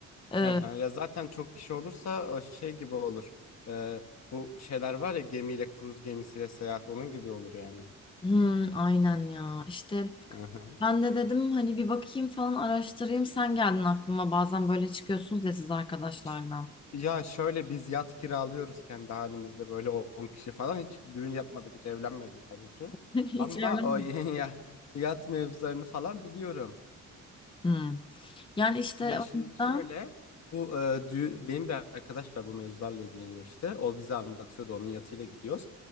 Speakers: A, on the left; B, on the left.
A: E,
B: Hı hı. Ya zaten çok kişi olursa o şey gibi olur. E, bu şeyler var ya gemiyle kruz gemisiyle seyahat onun gibi olur yani.
A: hmm, aynen ya işte
B: Hı hı.
A: Ben de dedim hani bir bakayım falan araştırayım. Sen geldin aklıma. Bazen böyle çıkıyorsunuz ya siz arkadaşlarla.
B: Ş- Ya şöyle biz yat kiralıyoruz kendi halimizde böyle 10 kişi falan hiç düğün yapmadık hiç evlenmedim tabii ki.
A: <laughs> Hiç
B: Ama
A: evlenmedim.
B: o <laughs> ya yat mevzularını falan biliyorum.
A: Hmm. Yani işte
B: Ya şimdi
A: o yüzden
B: şöyle bu e, dü- benim bir arkadaş var bu mevzularla ilgileniyor işte. O bize anlatıyordu onun yatıyla gidiyoruz.